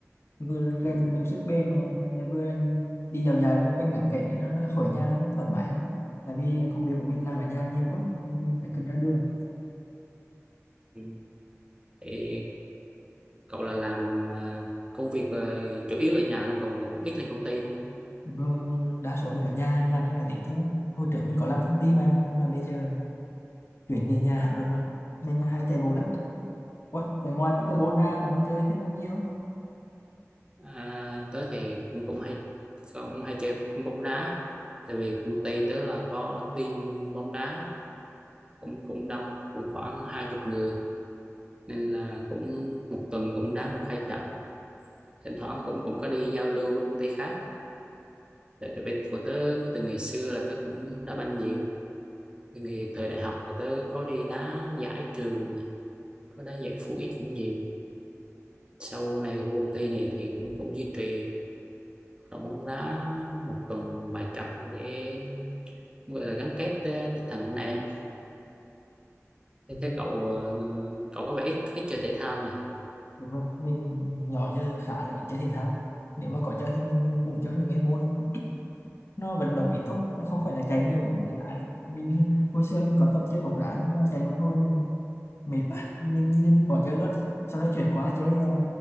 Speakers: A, on the left; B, on the right.
A: vừa rèn
B: ừ,
A: luyện được sức bền này rồi lại vừa đi dạo dạo xung quanh ngắm cảnh nên nó nó khỏi nhà nó thoải mái hơn tại vì công việc của mình làm ở nhà nhiều quá nên mình phải cần ra đường
B: ừ. Ê, cậu là làm à, công việc là chủ yếu ở nhà luôn còn còn cũng ít lên công ty đúng không?
A: rồi mình đa số mình ở nhà mình làm trên máy tính thôi hồi trước mình có làm công ty mà nhưng mà bây giờ chuyển về nhà hẳn luôn rồi nên là hay chạy bộ lắm Ủa, từ ngoài
B: Ừ.
A: pickleball ra bạn có chơi thêm môn gì không?
B: À, tớ thì cũng cũng hay cũng hay chơi bóng đá tại vì công ty tớ là có team bóng đá cũng cũng đông cũng khoảng hai chục người nên là cũng một tuần cũng đá một hai trận thỉnh thoảng cũng cũng có đi giao lưu với công ty khác tại tại vì của tớ từ ngày xưa là tớ cũng đá banh nhiều từ ngày thời đại học là tớ có đi đá giải trường này có đá giải phụ ích cũng nhiều sau này vô công ty này thì cũng cũng duy trì hoạt động bóng đá một tuần vài trận để gọi là gắn kết ờ, tinh thần anh em thế,
A: Ừ,
B: thế cậu ờ, cậu có vẻ ít ít chơi thể thao nhỉ
A: đúng rồi, mình nhỏ giờ khá là ít chơi thể thao. Nếu mà có chơi thì mình cũng chơi những cái môn nó vận động ít thôi, nó không phải là chạy nhiều giống bóng đá này. Mình <laughs> hồi xưa mình có tập chơi bóng đá nhưng mà chạy một hồi mệt quá, mình nên bỏ chơi luôn. Sau đó chuyển qua chơi ờ,